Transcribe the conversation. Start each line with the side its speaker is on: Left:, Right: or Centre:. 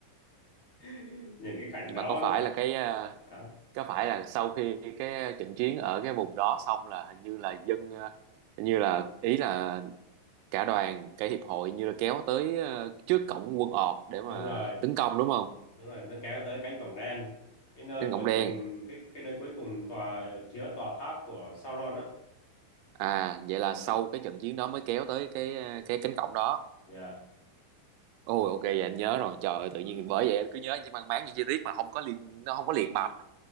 Left: <laughs> nhìn cái cảnh
Right: nhưng
Left: đó
Right: mà có phải
Left: nó thật
Right: là cái ờ,
Left: Đó,
Right: có phải là sau khi cái trận chiến ở cái vùng đó xong là hình như là dân ờ, hình như là ý là cả đoàn cả hiệp hội như là kéo tới ờ, trước cổng quân ọt để mà
Left: đúng rồi
Right: tấn công đúng không
Left: đúng rồi nó kéo tới cánh cổng đen cái nơi
Right: đến cổng
Left: cuối
Right: đen
Left: cùng cái cái nơi cuối cùng tòa chứa tòa tháp của Sauron á
Right: à vậy là
Left: ừ
Right: sau cái trận chiến đó mới kéo tới cái ờ, cái cánh cổng đó
Left: dạ
Right: ôi ok vậy anh nhớ rồi trời ơi tự nhiên
Left: ừ
Right: bởi vậy anh cứ nhớ những mang máng những chi tiết mà không có liên nó không có liền mạch